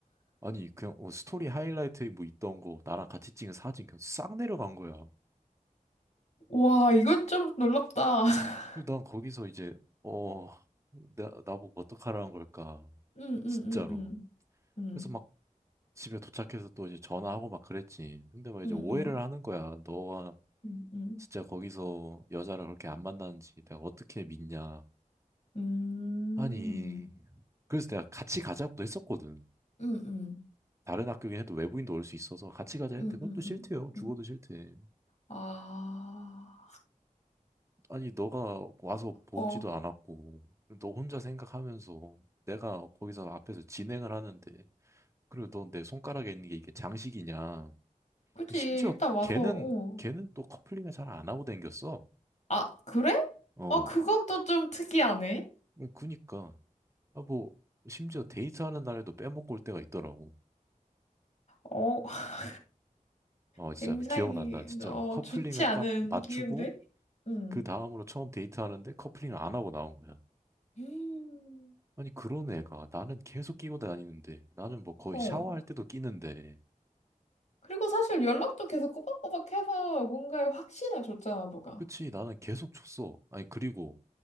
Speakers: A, on the right; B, on the left.
A: 아니 그냥 어, 스토리 하이라이트에 뭐 있던 거 나랑 같이 찍은 사진 그냥 싹 내려간 거야.
B: 와, 이건 좀 놀랍다. <laughs>
A: 그리고 난 거기서 이제 어 나, 나보고 어떡하라는 걸까
B: 응, 응,
A: 진짜로
B: 응, 응. 응,
A: 그래서 막 집에 도착해서 또 이제 전화하고 막 그랬지 근데 막 이제
B: 응,
A: 오해를
B: 응,
A: 하는 거야 너가
B: 응, 응.
A: 진짜 거기서 여자를 그렇게 안 만나는지 내가 어떻게 믿냐
B: 음,
A: 아니 그래서 내가 같이 가자고도 했었거든
B: 응, 응,
A: 다른 학교긴 해도 외부인도 올 수 있어서 같이 가자 했는데
B: 응,
A: 그것도
B: 응,
A: 싫대요
B: 응.
A: 죽어도
B: 응.
A: 싫대
B: 아,
A: 아니, 너가 와서 보지도
B: 어.
A: 않았고, 너 혼자 생각하면서 내가 거기서 앞에서 진행을 하는데, 그리고 너 내 손가락에 있는 게 이게 장식이냐.
B: 그지,
A: 심지어
B: 일단 와서,
A: 걔는,
B: 어.
A: 걔는 또 커플링을 잘 안 하고 댕겼어.
B: 아, 그래?
A: 어.
B: 어, 그건 또 좀 특이하네.
A: 그 그니까. 아, 뭐, 심지어 데이트하는 날에도 빼먹고 올 때가 있더라고.
B: 어, <laughs>
A: 어, 진짜
B: 굉장히,
A: 기억난다. 진짜로.
B: 어,
A: 커플링을
B: 좋지 않은
A: 딱 맞추고,
B: 기운데? 응.
A: 그 다음으로 처음 데이트하는데 커플링을 안 하고 나온 거야.
B: 음,
A: 아니, 그런 애가 나는 계속 끼고 다니는데 나는 뭐 거의
B: 어.
A: 샤워할 때도 끼는데
B: 그리고 사실 연락도 계속 꼬박꼬박 해서 뭔가에 확신을 줬잖아, 너가.
A: 그치, 나는 계속 줬어. 아니, 그리고